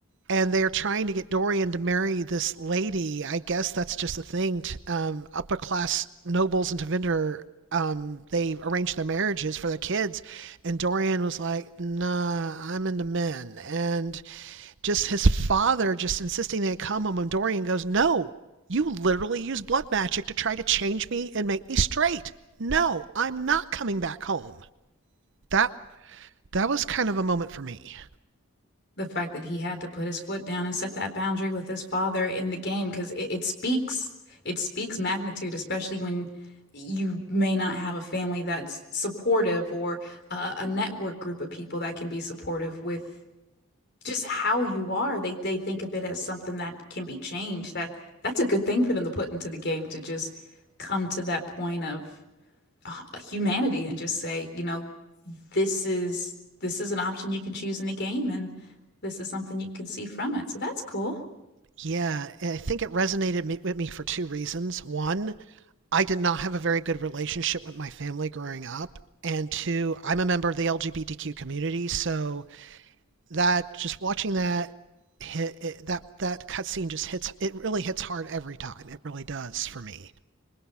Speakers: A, on the right (about 55°); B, on the left (about 50°).
A: and they are trying to get Dorian to marry this lady. I guess that's just a thing. T- um, upper class nobles in Tevinder, um, they arrange their marriages for their kids, and Dorian was like, "Nah, I'm into men." And just his father just insisting they come home, and Dorian goes, "No, you literally use blood magic to try to change me and make me straight. No, I'm not coming back home." That that was kind of a moment for me.
B: the fact that he had to put his foot down and set that boundary with his father in the game because it, it speaks it speaks magnitude especially when you may not have a family that's supportive or uh, a network group of people that can be supportive with just how you are they they think of it as something that can be changed that that's a good thing for them to put into the game to just come to that point of humanity and just say you know this is this is an option you can choose in the game and this is something you can see from it. So that's cool.
A: Yeah, I think it resonated with me for two reasons. One, I did not have a very good relationship with my family growing up. And two, I'm a member of the LGBTQ community, so that just watching that hit it, that that cutscene just hits it really hits hard every time. It really does for me.